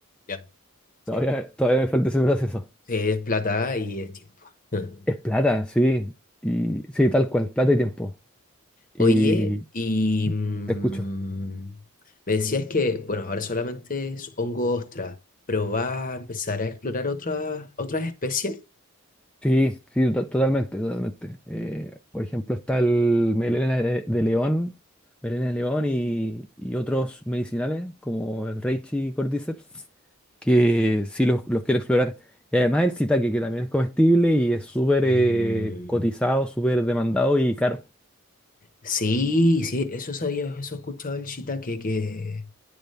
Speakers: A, on the left; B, in the centre.
A: Ya. Sí.
B: Todavía, todavía me falta ese proceso.
A: Sí, es plata y es tiempo. <laughs>
B: Es plata, sí. Y sí, tal cual, plata y tiempo. Y
A: Oye, y mm,
B: te escucho.
A: me decías que, bueno, ahora solamente es hongo ostra, pero va a empezar a explorar otras otras especies.
B: Sí, sí, to- totalmente, totalmente. Eh, por ejemplo, está el melena de, de león, melena de león y, y otros medicinales como el reishi y cordyceps, que sí los, los quiero explorar. Y además el shiitake, que también es comestible y es súper
A: Mm,
B: eh, cotizado, súper demandado y caro.
A: sí, sí, eso sabía, eso he escuchado el shiitake, que,